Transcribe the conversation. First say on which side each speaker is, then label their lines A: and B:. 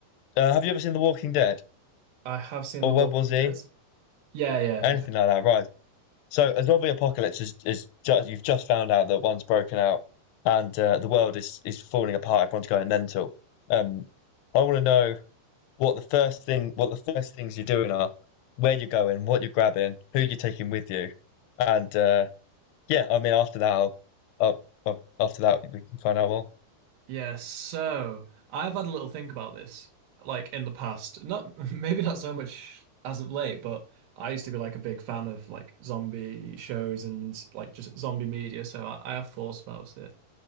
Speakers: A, on the left; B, on the right.
A: Uh, have you ever seen The Walking Dead
B: I have seen
A: or
B: The Walking
A: World War Z?
B: Dead. Yeah, yeah,
A: Anything
B: yeah.
A: like that, right? So a zombie apocalypse is is just you've just found out that one's broken out and uh, the world is is falling apart. Everyone's going mental. Um, I want to know what the first thing what the first things you're doing are, where you're going, what you're grabbing, who you're taking with you, and uh, yeah, I mean after that, I'll, I'll, I'll- after that we can find out more.
B: Yeah, so I've had a little think about this, like in the past. Not <laughs> maybe not so much as of late, but I used to be like a big fan of like zombie shows and like just zombie media, so I, I have thoughts about it.